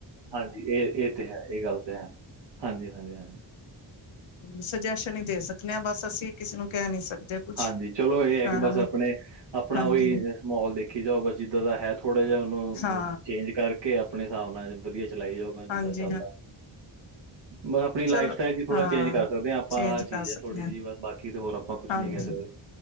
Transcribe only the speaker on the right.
ਹਾਂਜੀ ਇਹ-ਇਹ ਤੇ ਹੈ ਇਹ ਗੱਲ ਤਾਂ ਹੈ ਹਾਂਜੀ-ਹਾਂਜੀ-ਹਾਂਜੀ
ਹਾਂਜੀ ਚਲੋ ਇਹ ਹੈ
ਕਿ ਬਸ ਆਪਣੇ ਆਪਣਾ
ਉਹੀ ਮਾਹੋਲ ਦੇਖੀ ਜਾਓ ਬਸ ਜਿੱਦਾਂ ਦਾ ਹੈ ਥੋੜਾ ਜਿਹਾ ਉਹਨੂੰ
ਚੇਂਜ ਕਰ ਕੇ ਆਪਣੇ ਹਿਸਾਬ ਨਾਲ ਵਧੀਆ ਚਲਾਈ ਜਾਊਗਾ ਜਿੱਦਾਂ
ਚੱਲਦਾ
ਬਸ ਆਪਣੀ ਲਾਈਫ
ਸਟਾਈਲ ਚ ਥੋੜਾ
ਚੇਂਜ ਕਰ ਸਕਦੇ ਹਾਂ ਆਪਾਂ
ਆ
ਚੀਜ਼
ਥੋੜੀ
ਜਿਹੀ ਬਸ ਬਾਕੀ ਤੇ ਹੋਰ ਆਪਾਂ ਕੁਛ
ਨਹੀਂ ਕਹਿ ਸਕਦੇ